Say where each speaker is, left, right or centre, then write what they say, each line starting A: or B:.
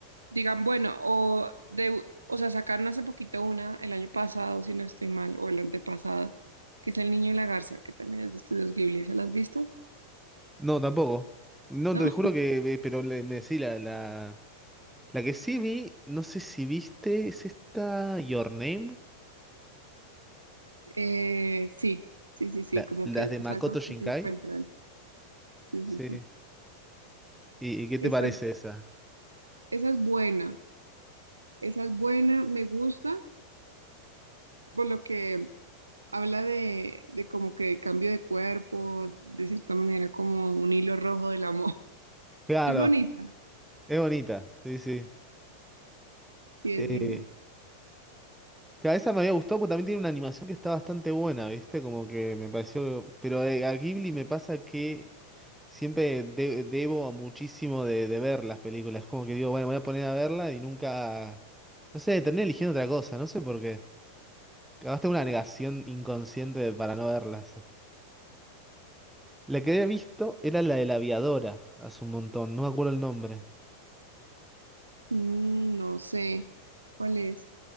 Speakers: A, on the right (about 80°); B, in the centre.
A: Digan, bueno, o de, o sea, sacaron hace poquito una el año pasado, si no estoy mal, o el antepasado, que es El Niño y la Garza, que también es de Estudios Ghibli, ¿se la has visto?
B: no, tampoco. No,
A: ¿No?
B: te
A: <laughs>
B: juro que, me- pero le- me decís la, la- La que sí vi, no sé si viste, es esta Your Name,
A: Eh, sí, sí, sí, sí,
B: la-
A: como
B: las
A: que los
B: de Makoto
A: almas
B: Shinkai.
A: que se encuentran. Sí,
B: Sí.
A: sí, sí.
B: ¿Y, y qué
A: Esa,
B: te parece esa?
A: esa es buena, esa es buena, me gusta, por lo que Habla de, de como que cambio de cuerpo, de cierta manera como un hilo rojo del amor. <laughs>
B: Claro,
A: Es bonita,
B: es bonita, sí, sí.
A: sí, es
B: Eh,
A: linda.
B: claro, esa me había gustado porque también tiene una animación que está bastante buena, ¿viste? Como que me pareció... Pero eh, a Ghibli me pasa que siempre de- debo a muchísimo de, de ver las películas. Como que digo, bueno, me voy a poner a verla y nunca... No sé, terminé eligiendo otra cosa, no sé por qué. Capaz tengo una negación inconsciente de- para no verlas. La que había visto era la de la aviadora, hace un montón, no me acuerdo el nombre.
A: Mm, no sé cuál es,